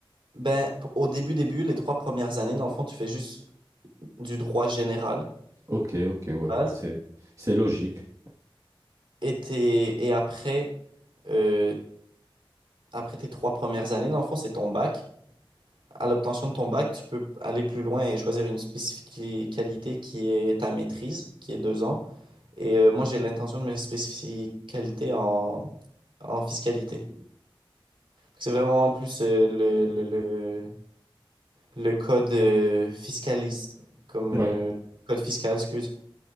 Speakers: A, on the right; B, on the right.
A: ben, p- au début, début, les trois premières années, dans le fond, tu fais juste du droit général.
B: Ok, ok, ouais.
A: base,
B: C'est c'est logique.
A: Et, t'es- et après, euh, Après tes trois premières années, dans le fond, c'est ton bac. À l'obtention de ton bac, tu peux aller plus loin et choisir une spécificalité qui est ta maîtrise, qui est deux ans. Et euh, moi, j'ai l'intention de mes spécificalités en, en fiscalité. C'est vraiment plus euh, le, le, le, le code euh, fiscaliste, comme
B: Oui.
A: euh, code fiscal, excuse,